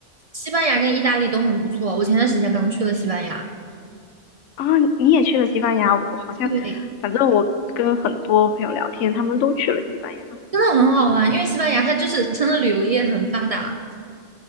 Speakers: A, on the right; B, on the left.
A: 西班牙跟意大利都很不错，我前段时间刚去了西班牙，
B: 啊，你也去了西班牙？我我好像，
A: 对，
B: 反正我跟很多朋友聊天，他们都去了西班牙。
A: 真的很好玩，因为西班牙它就是真的旅游业很发达，